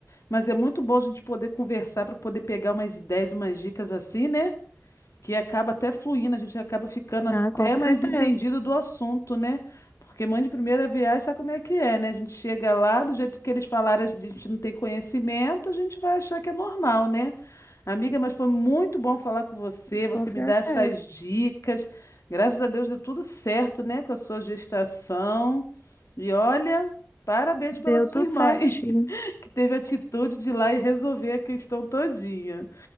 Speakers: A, on the left (about 70°); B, on the left (about 45°).
A: Mas é muito bom a gente poder conversar para poder pegar umas ideias, umas dicas assim, né? que acaba até fluindo, a gente acaba ficando até
B: Ah, com certeza,
A: mais entendido do assunto, né? Porque mãe de primeira viagem sabe como é que é, né? A gente chega lá, do jeito que eles falaram, a gente não tem conhecimento, a gente vai achar que é normal, né? Amiga, mas foi muito bom falar com você, você
B: com certeza.
A: me dá essas dicas. Graças a Deus deu tudo certo, né, com a sua gestação. E olha, parabéns
B: Deu
A: pela sua
B: tudo
A: irmã,
B: certinho.
A: <laughs> que teve a atitude de ir lá e resolver a questão todinha.